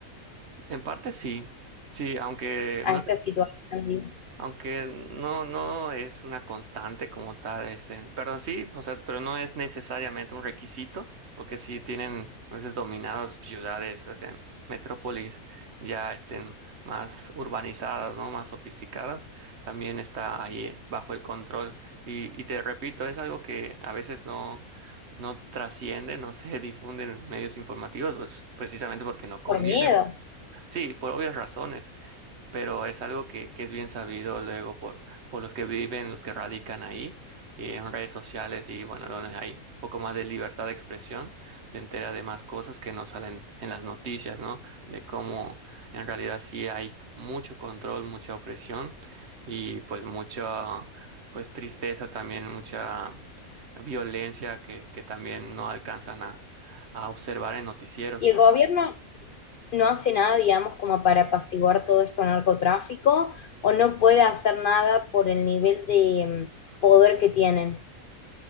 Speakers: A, on the right; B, on the left.
A: en parte sí. Sí, aunque
B: a
A: no
B: esta situación, digo,
A: Aunque no, no es una constante como tal, este, pero sí, o sea, pero no es necesariamente un requisito, porque sí tienen a veces dominados ciudades, o sea, metrópolis ya estén más urbanizadas, ¿no? Más sofisticadas, también está ahí bajo el control. Y, y te repito, es algo que a veces no, no trasciende, no se <laughs> difunde en medios informativos, pues precisamente porque no conviene.
B: por miedo?
A: Sí, por obvias razones pero es algo que, que es bien sabido luego por, por los que viven, los que radican ahí, eh, en redes sociales y bueno, donde hay un poco más de libertad de expresión, te entera de más cosas que no salen en las noticias, ¿no? De cómo en realidad sí hay mucho control, mucha opresión y pues mucha, pues tristeza también, mucha violencia que, que también no alcanzan a, a observar en noticieros.
B: ¿Y el gobierno no hace nada, digamos, como para apaciguar todo esto al narcotráfico, o no puede hacer nada por el nivel de mm, poder que tienen.